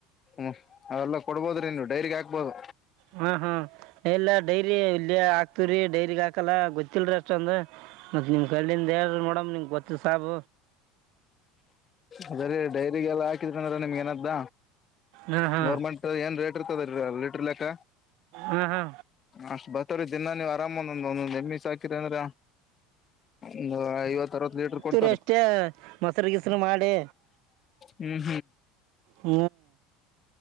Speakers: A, on the left; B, on the right.
A: ಹ್ಮ ಅದೆಲ್ಲ ಕೊಡ್ಬೋದ್ರಿ ನೀವು ಡೈರಿಗೆ ಹಾಕ್ಬೋದು
B: ಹಾ ಹಾ ಎಲ್ಲ ಡೈರಿ ಇಲ್ಲಿಯ ಆಾಕ್ತವ್ರರಿ ಡೈರಿಗ್ ಹಾಕಲ್ಲ ಗೊತ್ತಿಲ್ರ ಅಷ್ಟ ಇಷ್ಟ ಅಂದ್ರೆ ಮತ್ತ ನಿಮ್ ಕಲ್ಲಿಿಂದ ಯಾರು ಮಡಮ್ ನಿ್ ಗೊತ್ತ ಸಬ
A: ಅದ್ರ ಡೈರಿಗೆಲ್ಲ ಹಾಕಿದ್ರ ಅಂದ್ರೆ ನಿಮ್ಗೆ ಏನದ್ದ
B: ಹಾ ಹಾ
A: ಗೋರ್ಮೆಂಟ್ ಏನ್ ರೇಟ್ ಇರ್ತದ ಲೀಟ್ರರ್ ಲೆಕ್ಕ
B: ಹಾ ಹಾ
A: ಅಷ್ಟ ಬ ಇೀ ದಿನಾ ನೀವು ಆರಾಮಂದ ಒಂದ ನಮ್ಮಿ ಹಾಕಿರಿ ಅಂದ್ರ ಒಂದ್ ಐವತ್ತ ಅವತ್ತು ಲೀಟರ್ ಕೊಟ್ಟ
B: ಇರು ಅಷ್ಟೇ ಮೊಸರು ಗಿಸರು ಮಾಡಿ
A: ಹ್ಮ್
B: ಹ